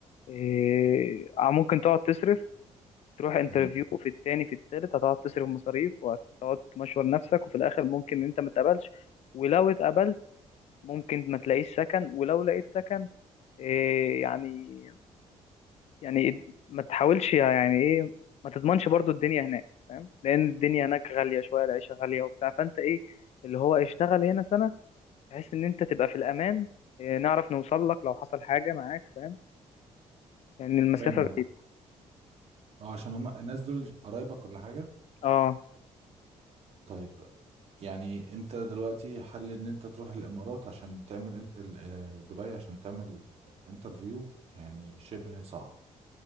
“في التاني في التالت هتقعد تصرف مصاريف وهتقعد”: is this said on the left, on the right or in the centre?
Left